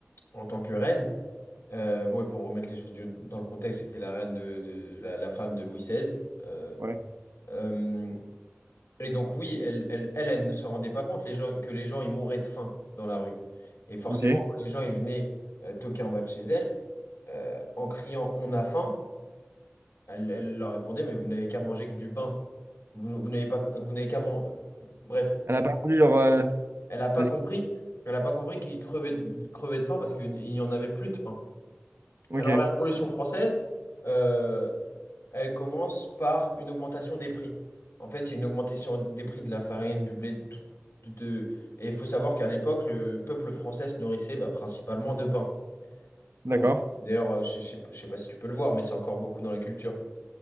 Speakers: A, on the left (about 85°); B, on the right (about 65°).
A: en tant que reine. Euh, ouais, pour remettre les choses du- dans le contexte, c'était la reine de, de- la, la femme de Louis XVI. Euh,
B: Ouais.
A: euh, et donc oui, elle, elle, elle, elle ne se rendait pas compte les gens, que les gens ils mouraient de faim dans la rue. Et forcément,
B: Ok. elle
A: quand les gens ils venaient euh, toquer en bas de chez elle, euh, en criant «On a faim», elle, elle leur répondait «Mais vous n'avez qu'à manger que du pain. Vous, vous n'avez pas, vous n'avez qu'à manger...» Bref,
B: a pas voulu genre euh,
A: elle n'a pas
B: parce
A: compris,
B: que-
A: elle a pas compris qu'ils crevaient, crevaient de faim parce qu'il n'y en avait plus de pain.
B: Ok.
A: Alors la Révolution française, euh, elle commence par une augmentation des prix. En fait, il y a une augmentation des prix de la farine, du blé, de, tout- de- de- et il faut savoir qu'à l'époque, le peuple français se nourrissait bah, principalement de pain.
B: D'accord.
A: Hein. D'ailleurs, euh, je ne sais, je sais pas si tu peux le voir, mais c'est encore beaucoup dans la culture.